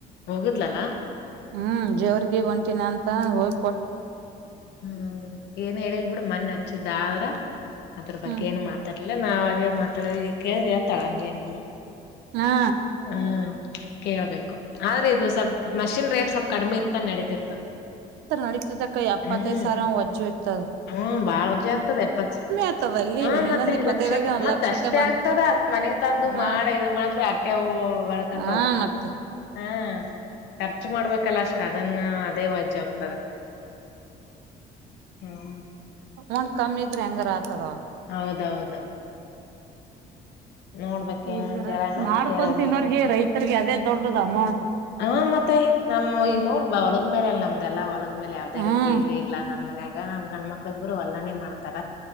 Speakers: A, on the left; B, on the right.
A: ಹೋಗಿದ್ಲಲ್ಲ
B: ಹ್ಮ್ ಜೇವರ್ಗ ಹೊಂಟೀನಿ ಅಂತ ಹೋಗ
A: ಹ್ಮ್ ಏನ್ ಹೇಳಿಲ್ ಬಿಿಡು ಮನ್ ಹಚ್ಚಿದ್ದ ಅವ್ರ ಅದ್ರ ಬಗ್ಗೆ
B: ಹ್ಮ್
A: ಏನು ಮಾತಾಡ್ಲಿಲ್ಲ ನಾವ್ ಹಾಗೆ ಮಾತಾಡ ಈ ಕೇಳ್ರಿ ಹತಳ ಹಂಗೇನ ಇಿಲ್ಲ
B: ಹಾ
A: ಹ್ಮ ಕೇಳ್ಬೇಕು ಆದ್ರೆ ಇದು ಸ್ವಲ್ಪ ಮಷಿನ್ ರೇಟ್ ಸ್ವಲ್ಪ ಕಡಿಮೆ ಇತ್ತು ನಡೀತಿತ್ತು
B: ನಡೀತಿದ ಕೈ ಅಪ್ಪತ್ತೈ
A: ಹ್ಮ್
B: ಸಾರ ಅವ್ ಅಜ್ಜ ಇಯತ
A: ಹ್ಮ್ ಬಾಳ ವರ್ಜೆ ಆಗ್ತದ ಎಪ್ಪತ್ಸ
B: ಆತದ ಅಲ್ಲಿ
A: ಹ್ಮ
B: ಇನ್ನೊಂದ್
A: ಮತ್ತೆ
B: ಇಪ್ಪತ್ತೈದಾಗ
A: ಲಕ್ಷಕ್ಕ
B: ಒಂದ್
A: ಮತ್ತ
B: ಲಕ್ಷಕ್ಕೆ
A: ಅಷ್ಟೇ
B: ಬಂತ್
A: ಆಗ್ತದ ಮ ನನಗ್ ತಂದು
B: ಹಾ
A: ಮಾಡ ಇ ಮಾಡತ್ ಅಟ್ಟೆ ಹ ಬರ್ಕಂತ
B: ಹಾ ಮತ್ತ
A: ಹ ಖರ್ಚು ಮಾಡ್ಬೇಕಲ್ಲ ಅಷ್ಟ ಅದನ್ನ ಅದೇ ವಾಜ್ಜ ಹೋಗ್ತದೆ ಹ್ಮ್
B: ಒಂಡ ಕಮ್ಮಿ ಇದ್ರೆ ಹೆಂಗಾರ ಆತದವ
A: ಹೌದೌದು ನೋಡ್ಬೇಕ ಹೆಂಗ್
B: ಈಗ
A: ಕೇಳೋಣ
B: ಮಾಡ್ಕೊ
A: ಕೇಳೋಣ
B: ತಿನ್ನೋರ್ಗೆ ರೈತರ್ಗೆ ಅದೇ ದೊಡ್ಡದು ಅಮೌಂಟ್
A: ಹಾ ಮತ್ತೆ ನಮ್ ಈಗ ನೋಡ್ಬ ಹೊಳಗ ಮೇಲೆ ಅಲ್ ನಮ್ದೆಲ್ಲಾ ಹೊಲಗ ಅ್ಮೇಲೆ ಯಾವ್ದೇ
B: ಹ್ಮ್
A: ರೀತಿ ಇ ಇದ ಇಲ್ಲ ನಮ್ಮ್ ಮನ್ಯಾಗ ನಮ್ ಗಂಡ ಮಕ್ಳ ಇದಬರು ಅಲ್ಲಾನೇ ಮಾಡ್ತಾರ